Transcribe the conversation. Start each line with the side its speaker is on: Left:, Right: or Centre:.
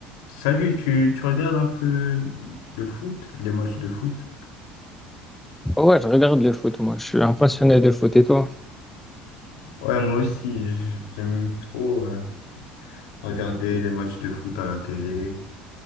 Left: Salut, tu, tu regardes un peu le foot, les matchs de foot?
Centre: Ouais, je regarde le foot, moi. Je suis un passionné de foot et toi?
Left: Ouais, moi aussi, j- j'aime trop euh, regarder les matchs de foot à la télé.